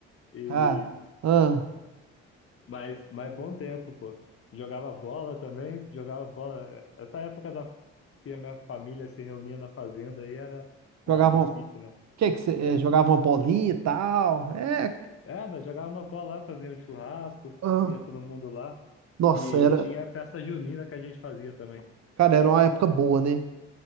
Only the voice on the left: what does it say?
E
mas, mas bom tempo, pô. Jogava bola também, jogava bola. Essa época da que a minha família se reunia na fazenda aí era
na no sítio, né?
É.
É, nós jogava uma bola lá, fazia um churrasco,
ia todo mundo lá
e
tinha a festa junina que a gente fazia também.